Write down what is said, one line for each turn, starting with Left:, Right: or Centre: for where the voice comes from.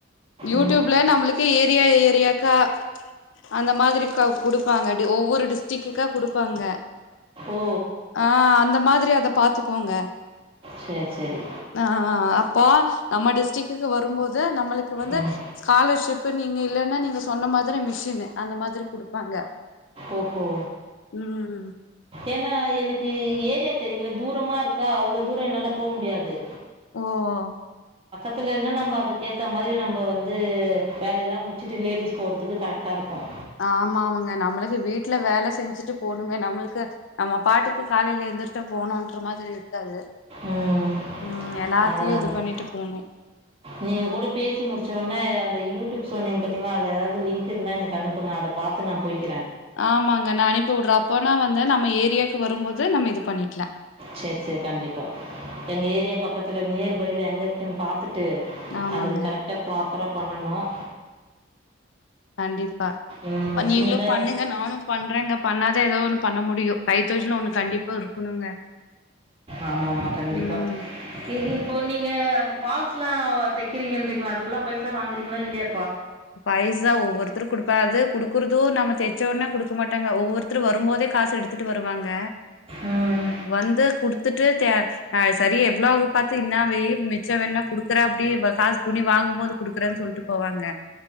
Left: யூடியூப்ல
Right: ம்.
Left: நம்மளுக் ஏரியா ஏரியாக்க அ அந்த மாதிரி க குடுப்பாங்க டி ஒவ்வொரு டிஸ்ட்ரிக்குக்கா குடுப்பாங்க
Right: ஓ!
Left: ஆஹ் அந்த மாதிரி அத பாத்துக்கோங்க
Right: சரி, சரி.
Left: ஆஹ் அப்போ நம்ம டிஸ்ட்ரிக்குக்கு வரும்போது நம் நம்மளுக்கு வந்து
Right: ம்.
Left: ஸ்காலர்ஷிப் இப்ப நீங்க இல்லைன்னா நீங்க சொன்ன மாதிரி மிஷினு அந்த மாதிரி குடுப்பாங்க
Right: ஓஹோ
Left: ம்
Right: ஏன்னா எனக்கு ஏரியா தெரியல தூரமா இருக்கா அவ்ளோ தூரோ என்னால போவ முடியாது
Left: ஓ ஓ
Right: பத்தலன்ன நம்ம அதுக்கு ஏற்ற மாரி நம்ம வந்து வேலயல்லாம் முச்சட்டு லேடிஸ் போறதுக்கு கரெக்டாக இருக்கும்
Left: ஆமா ஆமாங்க நம்மளுக்கு வீட்ல வேல செஞ்சுட்டு போணுங்க நம்மளுக்கு நம்ம பாட்டுக்கு காலைல எந்திரிச்சோ போணோன்ற மாதிரி இருக்காது
Right: உம்
Left: ம் எல்லாத்தையு
Right: அதனாலதான்
Left: இது பண்ணிட்டு போணு
Right: நீங்க கூட பேசி முடிச்ச உனே அந்த யூடியூப் சொன்னீங்க பாத்திங்களா அதுல ஏதாவது லிங்க் இருந்தா எனக்கு அனுப்புங்க அத பாத்து நான் போய்க்
Left: ஆமாங்க நா அனுப்பி விடுறே அப்பனா வந்து நம்ம ஏரியா க்கு வரும்போது நம்ம இது பண்ணிக்லா
Right: சரி சரி கண்டிப்பா எங்க ஏரியா பக்கத்துல நியர் பைல எங்க இருக் <inaudible> பாத்துட்டு
Left: ஆமாங்க
Right: அதுக்கு கரெக்டா ப்ராப்பரா பண்ணணும்
Left: கண்டிப்பா ப்ப
Right: ம்,
Left: நீங்களு
Right: சின்னதாக
Left: பண்ணுங்க நானும் பண்றேங்க பண்ணாதா ஏதோ ஒண்ணு பண்ண முடியு கைத்தொழில் ஒண்ணு கண்டிப்பா இருக்கணுங்க
Right: ஆமா ஆமா கண்டிப்பா
Left: ம்
Right: நீங் இப்போ நீங்க அந்த ஃபால்ஸ்லா தெக்கறீங்கன்றீங்களே அதுக்கெல்லா பைசா வாங்குறீங்களா இல்லையா
Left: பைசா ஒவ்வொருத்தரு குடுப்ப அது குடு க்குறுது நம்ம தெச்சவுட்னே குடுக்க மாட்டாங்க ஒவ்வொருத்தரு வரும்போதே காசு எடுத்துக்கிட்டு வருவாங்க
Right: ம்
Left: வந்து குடுத் த்துட்டு த ஆஹ் சரி எவ்ளோ ஆகு பாத்து இன்ன வெய் மிச்ச வேண்ணா குடுக்குறே அப்டி காசு துணி வாங்கும்போது குடுக்கறேன்னு சொல்ட்டு போவாங்க